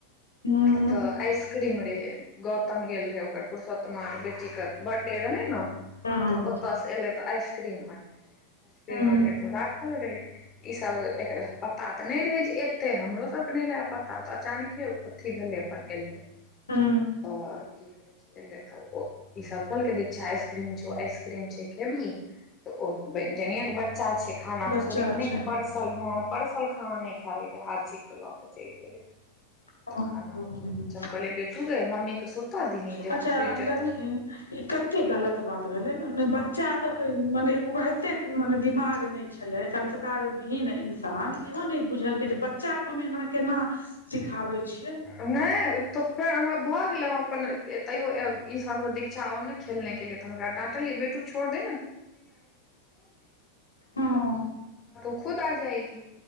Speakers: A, on the left (about 80°); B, on the left (about 30°).
A: हू
B: एतऽ आइसक्रीम रहै। गौतम गेल रहै ओकर पुरुषोत्त्माके बेटीके बर्थडे रहै ने।
A: हँ
B: तऽ ओतयसँ एले तऽ आइसक्रीम आनने रहे आइसक्रीम
A: हँ
B: आनने तो राखल रहे। ई सब एक पता तऽ नहि रहे जे एते हमरो सबके नहि रहए पता तऽ अचानके। अथी भेलै अपन एलै।
A: हू
B: तऽ कि तऽ ई सब कोहलके दीक्षा आसक्रीम छो आइसक्रीम छै खेबही। तऽ ओ जन के बच्चा छिय खाना
A: बच्चा
B: त छोड़ केने
A: छै
B: के परस। ह परसल खाना नै खा देलकै हाथ छीक ला कऽ चैल गेले। <unintelligible>
A: हँ
B: हम कहलिय बेटू गे मम्मीे सुत दही जखन
A: अच्छा
B: सुति जेतौ।
A: देखही ई कते गलत बात भेले न बच्चा सब के मने ओकरा एते मने दिमाग नै। छलै संस्कार भीन इन्सान इहो नै बुझलकै जे बच्चा कऽ हम एना केना सिख। खाबै छी।
B: नै तऽ फेर अहाँ। भऽ गेल अपन तैयो ई सब दीक्षा आ ने खेलने <unintelligible> तऽ हम ऐकरा डाटलियै बेटू छोड़ <unintelligible>
A: हँ
B: <unintelligible>